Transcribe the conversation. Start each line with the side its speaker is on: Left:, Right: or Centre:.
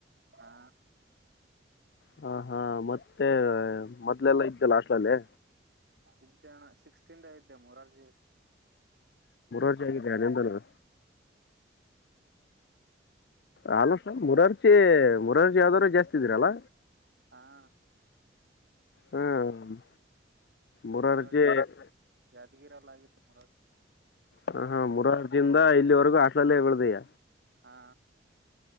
Right: ಹಾ
Left: ಹ ಹಾ ಮತ್ತೆ ಮೊದ್ಲೆಲ್ಲ ಇದ್ದಲ್ಲ ಅಷ್ಟಲಲ್ಲೇ
Right: ಇದಣ್ಣ ಸಿಕ್ಸ್ಟೀನ್ ಇದ್ದೆ ಮೂರರ್ಜಿ
Left: ದನ ಹಿಂದ ನ ಆಲ ಮುರಾರ್ಜಿ ಮುರಾರ್ಜಿ ಯಾವ್ದಾದ್ರು ಜಾಸ್ತ ಇದೀರಲ್ಲ
Right: ಹಾ
Left: ಹ್ಮ್ ಮುರಾರ್ಜಿ
Right: ಮರ ಯಾದಗಿರ ಲಾಗಿೆ ತ ಮಾರ
Left: ಹ ಹಾ ಮುರರ್ಜಿಂದ ಇಲ್ಲಿವರೆಗೂ ಹಟ್ಲಲ್ಲೇ ಬೆದಯ
Right: ಹಾ